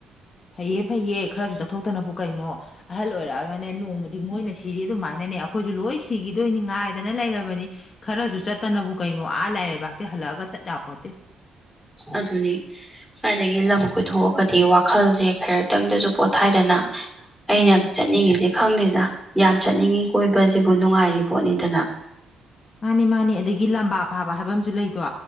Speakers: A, on the left; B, in the centre.
A: ꯐꯩꯌꯦ ꯐꯩꯌꯦ ꯈꯔꯁꯨ ꯆꯠꯊꯣꯛꯇꯅꯕꯨ ꯀꯩꯅꯣ꯫ ꯑꯍꯜ ꯑꯣꯏꯔꯛꯑꯒꯅꯦ ꯅꯣꯡꯃꯗꯤ ꯃꯣꯏꯅ ꯁꯤꯔꯤ ꯑꯗꯨꯃꯥꯏꯅꯅꯦ ꯑꯩꯈꯣꯏꯁꯨ ꯂꯣꯏ ꯁꯤꯈꯤꯗꯣꯏꯅꯤ ꯉꯥꯏꯗꯅ ꯂꯩꯔꯕꯅꯤ꯫ ꯈꯔꯁꯨ ꯆꯠꯇꯅꯕꯨ ꯀꯩꯅꯣ ꯑꯥ ꯂꯥꯏ ꯂꯩꯕꯥꯛꯇꯤ ꯍꯜꯂꯛꯑꯒ ꯆꯠ ꯌꯥꯄꯣꯠꯇꯦ꯫
B: ꯑꯗꯨꯅꯤ꯫ ꯑꯗꯒꯤ ꯂꯝ ꯀꯣꯏꯊꯣꯛꯑꯒꯗꯤ ꯋꯥꯈꯜꯁꯦ ꯈꯔꯛꯇꯪꯗꯁꯨ ꯄꯣꯊꯥꯏꯗꯅ꯫ ꯑꯩꯅ
A: ꯎꯝ
B: ꯆꯠꯅꯤꯡꯉꯤꯁꯦ ꯈꯪꯗꯦꯗ ꯌꯥꯝ ꯆꯠꯅꯤꯡꯉꯤ ꯀꯣꯏꯕꯁꯤꯕꯨ ꯅꯨꯡꯉꯥꯏꯔꯤ ꯄꯣꯠꯅꯤꯗꯅ꯫
A: ꯃꯥꯅꯤ ꯃꯥꯅꯤ ꯑꯗꯒꯤ ꯂꯝꯕꯥ ꯄꯥꯕ ꯍꯥꯏꯕ ꯑꯃꯁꯨ ꯂꯩꯗꯣ